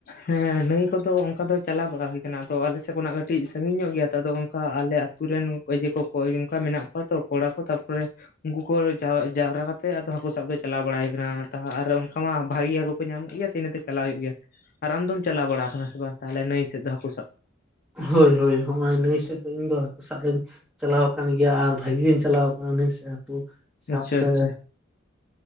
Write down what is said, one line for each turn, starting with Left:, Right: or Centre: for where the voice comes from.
Left: ᱦᱮᱸ ᱱᱟᱹᱭ ᱠᱚᱫᱚ ᱚᱱᱠᱟ ᱫᱚ ᱪᱟᱞᱟᱣ ᱵᱟᱲᱟ ᱦᱮᱸ ᱱᱟᱹᱭ ᱠᱚᱫ ᱚᱱᱠᱟ ᱫᱚ ᱪᱟᱞᱟ ᱵᱟᱲᱟ ᱦᱩᱭ ᱠᱟᱱᱟ ᱟᱫᱚ ᱟᱞᱮ ᱥᱮᱫ ᱠᱷᱚᱱᱟᱜ ᱠᱟᱹᱴᱤᱡ ᱥᱟᱺᱜᱤᱧ ᱧᱚᱜ ᱜᱮᱭᱟ ᱛ ᱟᱫᱚ ᱚᱱᱠᱟ ᱟᱫ ᱚᱱᱠᱟ ᱟᱞᱮᱼᱼ ᱟᱛᱩᱨᱮᱱ ᱨᱮᱱ ᱠᱟᱹᱭᱡᱟᱹ ᱠᱚ ᱠᱚ ᱚᱱᱠᱟ ᱢᱮᱱᱟᱜ ᱠᱚᱣᱟ ᱛᱚ ᱠᱚᱲᱟ ᱠᱚ ᱛᱟᱨᱯᱚᱨᱮ ᱼᱼ ᱩᱱᱠᱩ ᱠᱚ ᱡᱟᱣ ᱡᱟᱣᱨᱟ ᱠᱟᱛᱮᱫ ᱦᱟᱹᱠᱩ ᱥᱟᱵ ᱫᱚ ᱪᱟᱞᱟᱣ ᱵᱟᱲᱟᱭ ᱠᱟᱱᱟ ᱟᱨ ᱚᱱᱠᱟ ᱢᱟ ᱵᱷᱟᱜᱤ ᱜᱮᱭᱟ ᱠᱚ ᱾ ᱧᱟᱢᱚᱜ ᱜᱮᱭᱟ ᱤᱱᱟᱹᱛᱮ ᱪᱟᱞᱟᱣ ᱦᱩᱭᱩᱜ ᱩᱱᱠᱩ ᱠᱚ ᱧᱟᱢ ᱜᱮᱭᱟ ᱤᱱᱟᱹ ᱛᱮ ᱪᱟᱞᱟᱜ ᱦᱩᱭᱩᱜ ᱜᱮᱣᱟ ᱟᱨ ᱟᱢᱫᱢ ᱪᱟᱞᱟᱣ ᱵᱟᱲᱟ ᱟᱠᱟᱱᱟᱟᱱᱟ ᱥᱮ ᱵᱟᱝ ᱛᱟᱦᱚᱞᱮ ᱱᱟᱹᱭ ᱥᱮᱫ ᱾ ᱫᱚ ᱦᱟᱹᱠᱩ ᱥᱟᱵ?
Centre: ᱦᱳᱭ ᱦᱳᱭ ᱦᱚᱸᱜᱼᱚᱭ ᱱᱟᱹᱭ ᱥᱮᱫ ᱫᱚ ᱤᱧ ᱫᱚ ᱦᱟᱹᱠᱩ ᱥᱟᱵ ᱟᱹᱧ ᱪᱟᱞᱟᱣ ᱟᱠᱟᱱ ᱜᱮᱭᱟ ᱟᱨ ᱵᱷᱟᱹᱜᱤ ᱜᱤᱧ ᱪᱟᱞᱟᱣ ᱠᱟᱱᱟ ᱱᱟᱹᱭ ᱥᱮᱫ ᱦᱟᱹᱠᱩ ᱥᱟᱵ
Left: ᱟᱪᱪᱷᱟ
Centre: ᱥᱮ
Left: ᱟᱪᱪᱷᱟ